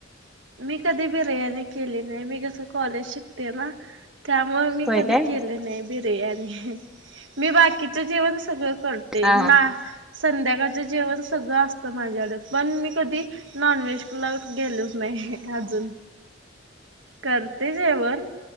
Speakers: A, on the right; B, in the centre.
A: मी कधी बिर्याणी केली नाही मी कसं कॉलेज शिकते ना त्यामुळे मी
B: होय
A: कधी
B: काय
A: केली नाही बिर्याणी मी बाकीच जेवण सगळं कर ते
B: हा
A: मा संध्याकाळचं जेवण सगळं असतं माझ्याकडं पण मी कधी नॉनव्हेज ला गेलो नाही अजून करते जेवण